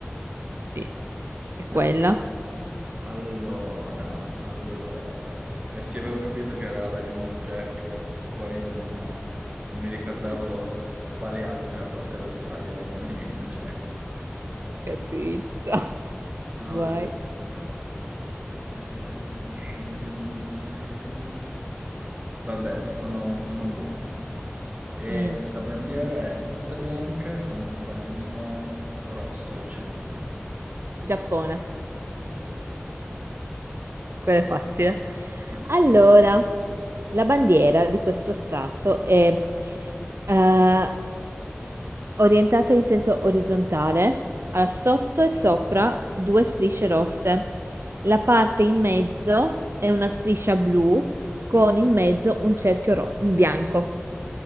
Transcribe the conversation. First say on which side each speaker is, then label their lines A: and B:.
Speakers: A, on the right (about 70°); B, on the right (about 35°).
A: sì, è
B: Preso.
A: quella.
B: Allora, allora. Eh sì, avevo capito che era la Union Jack e poi non, non mi ricordavo
A: <laughs>
B: s- quali altre, a parte l'Australia, avevano la Union Jack.
A: che pizza.
B: Allora,
A: Vai.
B: eh, sto scegliendo un paese. Vabbè, sono, sono buono. E
A: Mm,
B: la bandiera è tutta bianca con un pallino rosso al centro,
A: Giappone,
B: giusta?
A: quella è facile.
B: <laughs>
A: Allora, la bandiera di questo stato è eh, orientata in senso orizzontale, allora sotto e sopra due strisce rosse. La parte in mezzo è una striscia blu con in mezzo un cerchio ro- un bianco.